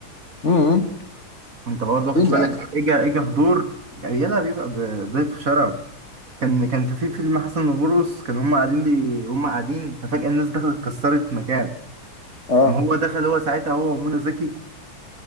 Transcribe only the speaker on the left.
امم
فين
يا عم
اه